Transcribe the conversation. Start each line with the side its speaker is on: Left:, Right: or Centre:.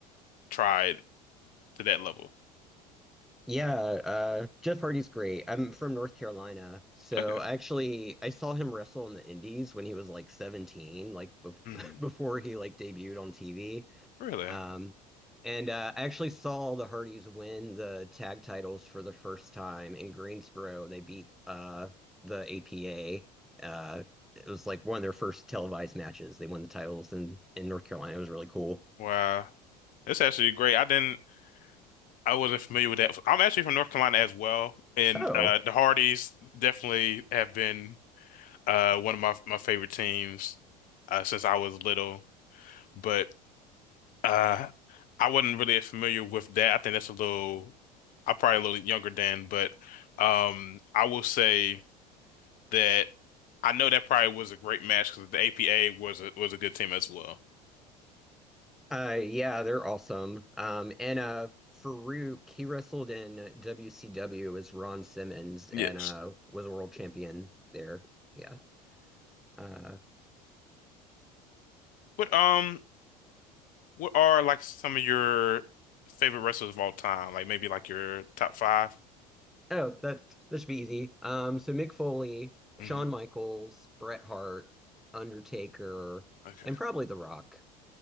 Left: tried to that level.
Centre: Yeah, uh, Jeff Hardy's great. I'm from North Carolina, so
Left: Okay.
Centre: actually I saw him wrestle in the Indies when he was like 17, like bef
Left: Mhm.
Centre: <laughs> before he like debuted on TV.
Left: Really?
Centre: Um, and uh, I actually saw the Hardys win the tag titles for the first time in Greensboro. They beat uh, the APA. Uh, it was like one of their first televised matches. They won the titles in, in North Carolina. It was really cool.
Left: Wow. That's actually great. I didn't I wasn't familiar with that. I'm actually from North Carolina as well, and
Centre: Oh,
Left: uh the Hardys definitely have been uh one of my my favorite teams uh since I was little. But Uh, I wasn't really familiar with that. I think that's a little, I'm probably a little younger than, but um, I will say that I know that probably was a great match because the APA was a, was a good team as well.
Centre: uh, yeah, they're awesome. Um, and uh, Farouk, he wrestled in WCW as Ron Simmons
Left: Yes.
Centre: and uh, was a world champion there. Yeah. Uh,
Left: But um, what are like some of your favorite wrestlers of all time? Like maybe like your top five?
Centre: Oh, that that should be easy. Um, so Mick Foley,
Left: hmm
Centre: Shawn Michaels, Bret Hart, Undertaker,
Left: Okay.
Centre: and probably The Rock.